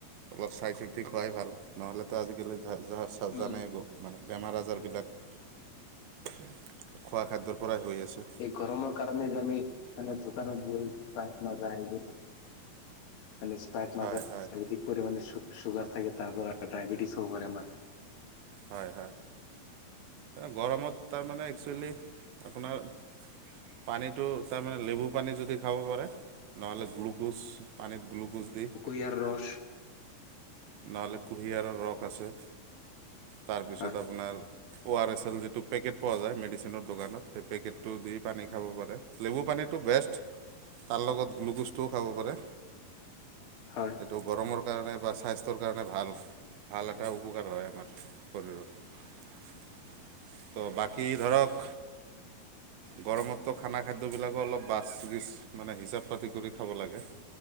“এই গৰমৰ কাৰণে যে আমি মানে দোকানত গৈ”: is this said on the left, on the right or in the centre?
Left